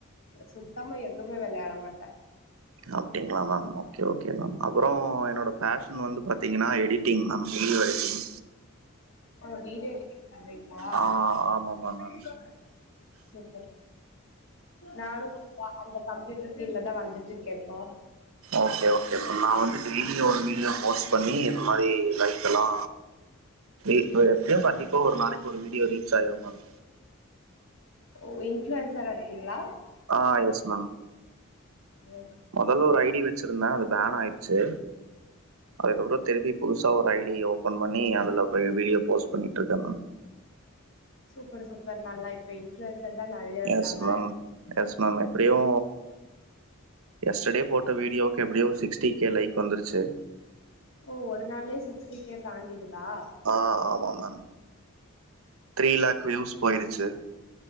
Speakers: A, on the left; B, on the right.
A: சுத்தமா எதுமே வெளையாட மாட்ட
B: அப்டிங்களா மேம் ஓகே ஓகே மேம் அப்பறோ என்னோட ஃபேஷன் வந்து பாத்திங்கன்னா எடிட்டிங் மேம் வீடியோ எடிட்டிங்
A: ஓ வீடியோ எடிட்டிங் பண்றீங்களா
B: ஆ ஆமாமா
A: <unintelligible>
B: மேம்
A: நானு கொஞ்சோ அந்த கம்ப்யூட்டர் ஃபீல்டுல தா வந்துட்ருக்கே இப்போ
B: ஓகே ஓகே மேம் நா வந்து டெய்லியு ஒரு வீடியோ போஸ்ட் பண்ணி இந்த மாரி லைக் எல்லா இப்ப எப்டியு கண்டிப்பா ஒரு நாளைக்கு ஒரு வீடியோ ரீச் ஆய்ரும் மேம்
A: ஓ இன்ஃப்ளூயன்ஸரா இருக்கீங்களா
B: ஆ எஸ் மேம்
A: ஓ
B: மொதல்ல ஒரு ஐ டி வச்சிருந்த அது பேன் ஆய்டுச்சி அதுக்கப்பறோ திருப்பி புதுசா ஒரு ஐ டிய ஓபன் பண்ணி அதுல இப்ப வீடியோ போஸ்ட் பண்ணிட்ருக்க மேம்
A: சூப்பர் சூப்பர் நல்லா இப்ப இன்ஃப்ளூயன்சர் தா நறையா இருக்காங்க
B: எஸ் மேம் எஸ் மேம் எப்புடியூ எஸ்டர்டே போட்ட வீடியோக்கு எப்டியோ சிக்ஸ்டி கே லைக் வந்துருச்சு
A: ஓ ஒரு நாள்ளே சிக்ஸ்டி கே தாண்டிருதா
B: ஆ ஆமா மேம் த்ரீ லாக் வியூஸ் போயிருச்சு